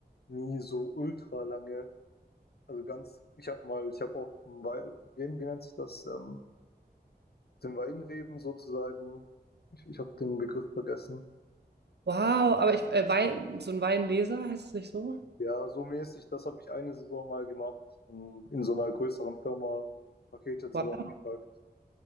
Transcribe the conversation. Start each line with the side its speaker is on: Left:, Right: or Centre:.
Left: nie so ultra lange. Also ganz, ich habe mal, ich habe auch, einen Wei- wie, wie nennt sich das? Ähm, den Weinreben sozusagen. Ich, ich habe den Begriff vergessen.
Right: Wow, aber ich, äh, Wein, so ein Weinleser heißt es nicht so?
Left: Ja, so mäßig, das habe ich eine Saison mal gemacht, in, in so einer größeren Firma Pakete zusammengepackt.
Right: Wow.